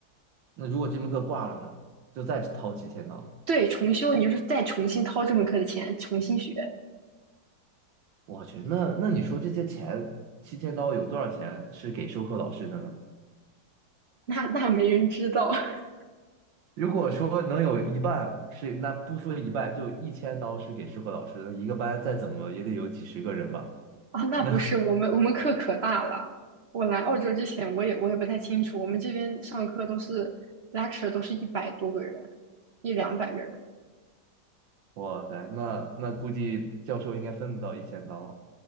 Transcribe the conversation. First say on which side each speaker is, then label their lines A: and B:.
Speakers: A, on the right (about 80°); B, on the right (about 50°).
A: 那如果这门课挂了呢，就再掏七千刀。
B: 对，重修你就是再重新掏这门课的钱，重新学，
A: 我去，那那你说这些钱，七千刀有多少钱是给授课老师的呢？
B: 那那没人知道 <laughs>
A: 如果说能有一半是，那不说一半，就一千刀是给授课老师的，一个班再怎么也得有几十个人吧。
B: 啊，那不是我们我们课可大了。
A: 那。
B: 我来澳洲之前，我也我也不太清楚，我们这边上课都是 lecture 都是一百多个人，一两百个人。
A: 哇塞，那那估计教授应该分不到一千刀，